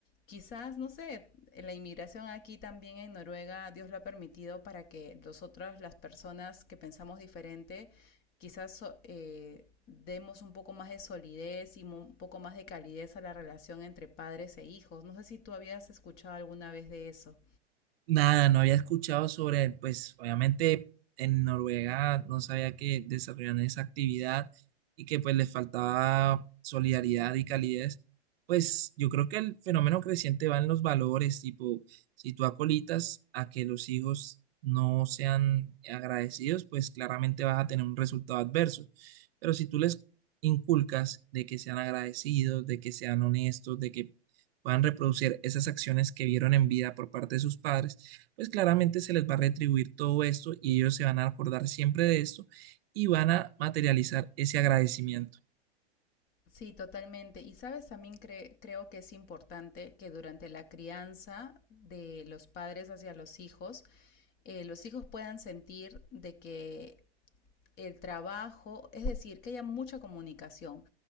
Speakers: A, on the left (about 30°); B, on the right (about 60°).
A: quizás, no sé, la inmigración aquí también en Noruega, Dios lo ha permitido para que nosotras, las personas que pensamos diferente, quizás so- eh, demos un poco más de solidez y mo- un poco más de calidez a la relación entre padres e hijos. No sé si tú habías escuchado alguna vez de eso.
B: Nada, no había escuchado sobre, pues obviamente en Noruega no sabía que desarrollan esa actividad y que pues les faltaba solidaridad y calidez. Pues yo creo que el fenómeno creciente va en los valores, tipo, si tú acolitas a que los hijos no sean agradecidos, pues claramente vas a tener un resultado adverso. Pero si tú les inculcas de que sean agradecidos, de que sean honestos, de que puedan reproducir esas acciones que vieron en vida por parte de sus padres, pues claramente se les va a retribuir todo esto y ellos se van a acordar siempre de esto y van a materializar ese agradecimiento.
A: Sí, totalmente. Y sabes, también cre- creo que es importante que durante la crianza de los padres hacia los hijos, eh, los hijos puedan sentir de que el trabajo, es decir, que haya mucha comunicación.